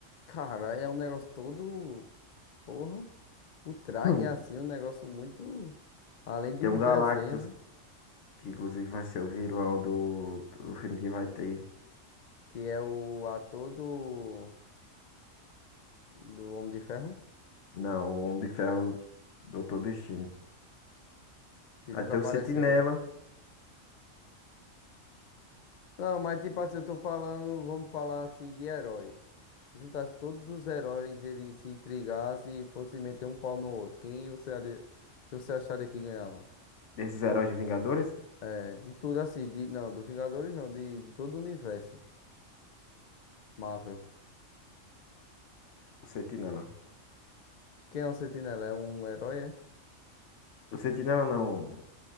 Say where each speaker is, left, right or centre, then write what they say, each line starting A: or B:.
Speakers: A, on the left; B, on the left.
A: Cara, é um negócio todo, porra, por trás,
B: Hum.
A: né? Assim, um negócio muito além de
B: Tem
A: uns
B: um Galactus
A: desenhos, né?
B: Que inclusive vai ser o vilão do, do filme que vai ter.
A: Que é o ator do, do Homem de Ferro,
B: Não, o Homem de Ferro, Doutor Destino.
A: que
B: Aí
A: nunca
B: tem
A: apareceu,
B: o Sentinela,
A: né? Não, mas tipo assim, eu tô falando, vamos falar assim de heróis. Se juntasse todos os heróis, eles se intrigassem e fossem meter um pau no outro, quem você, aria- que você acharia que ganhava?
B: desses heróis de Vingadores.
A: É, de tudo assim, de, não, do Vingadores não, de, de todo o universo Marvel.
B: O Sentinela.
A: Quem é um Sentinela? É um herói, é?
B: O Sentinela não.